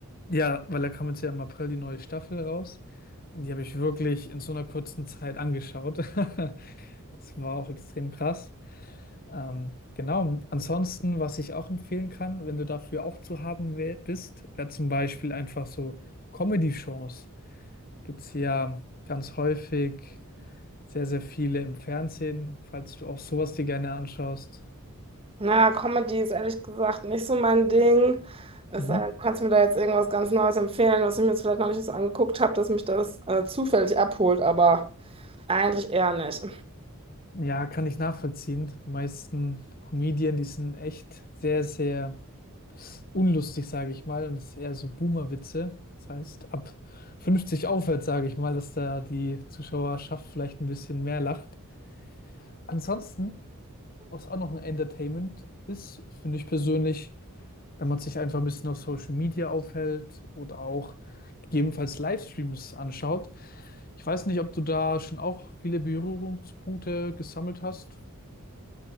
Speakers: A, on the left (about 40°); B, on the right (about 25°).
A: Ja, weil da kam jetzt ja im April die neue Staffel raus und die habe ich wirklich in so einer kurzen Zeit angeschaut. <laughs> Das war auch extrem krass. Ähm, genau. Ansonsten, was ich auch empfehlen kann, wenn du dafür auch zu haben wär, bist, wäre zum Beispiel einfach so Comedy-Shows. Gibt es ja ganz häufig sehr, sehr viele im Fernsehen, falls du auch sowas dir gerne anschaust.
B: Na, Comedy ist ehrlich gesagt nicht so mein Ding. Es
A: Mhm.
B: sei denn, du kannst mir da jetzt irgendwas ganz Neues empfehlen, was ich mir jetzt vielleicht noch nicht so angeguckt habe, dass mich das äh, zufällig abholt, aber eigentlich eher nicht.
A: Ja, kann ich nachvollziehen. Die meisten Comedien, die sind echt sehr, sehr unlustig, sage ich mal, und es ist eher so Boomer-Witze. Das heißt, ab 50 aufwärts, sage ich mal, dass da die Zuschauerschaft vielleicht ein bisschen mehr lacht. Ansonsten, was auch noch ein Entertainment ist, finde ich persönlich, wenn man sich einfach ein bisschen auf Social Media aufhält oder auch gegebenenfalls Livestreams anschaut. Ich weiß nicht, ob du da schon auch viele Berührungspunkte gesammelt hast.